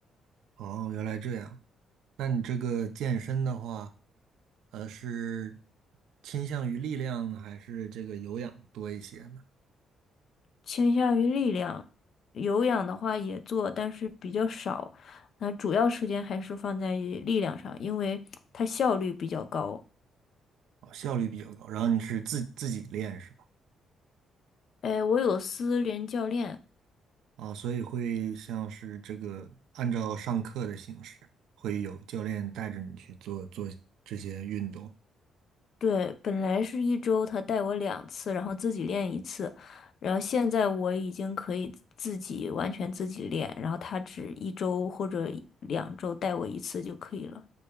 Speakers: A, on the right (about 85°); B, on the left (about 60°).
A: 哦，原来这样。那你这个健身的话，呃，是倾向于力量呢，还是这个有氧多一些呢？
B: 倾向于力量，有氧的话也做，但是比较少。那主要时间还是放在于力量上，因为它效率比较高。
A: 哦，效率比较高。然后你是自自己练是吧？
B: 哎，我有私人教练，
A: 啊，所以会像是这个按照上课的形式，会有教练带着你去做做这些运动。
B: 对，本来是一周他带我两次，然后自己练一次，然后现在我已经可以自己完全自己练，然后他只一周或者两周带我一次就可以了。